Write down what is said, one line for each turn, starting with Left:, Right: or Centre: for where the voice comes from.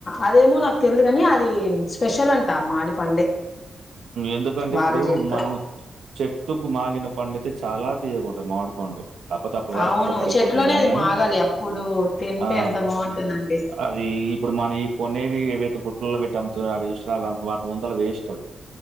Left: అదేమో నాకు తెలిదు కాని అది స్పెషల్ అంటా మాడి పండే
Right: ఎందుకంటే
Left: వాళ్ళు
Right: ఇప్పుడు
Left: చెప్ప
Right: మనం చెట్టుకు మాగిన పండుతే చాలా ఉంటారుట్కండు కాకపోతే అప్పుడు వరకుండ
Left: అవును
Right: పడిపోతేాయి
Left: చెట్లోనే
Right: గాని
Left: అది
Right: అని
Left: మాగాలి అప్పుడు తింటే
Right: ఆ
Left: ఎంత బాగుంటుందండి
Right: అది ఈ ఇప్పుడు మనం కొనేవి ఏవైతే పుట్టలో పెట్టి అమ్తున్నా అంత వాటి ముందు అలా వేస్ట్ అవి